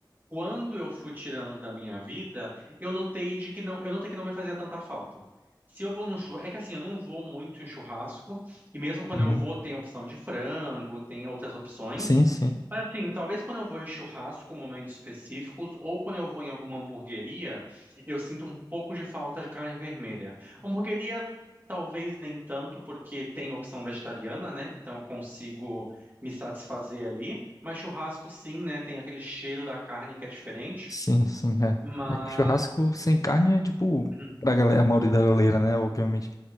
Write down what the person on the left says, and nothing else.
Uhum.
Sim, sim.
Sim, sim. É.
É que churrasco sem carne é tipo.
Pra galera, a maioria da galera, né? Obviamente,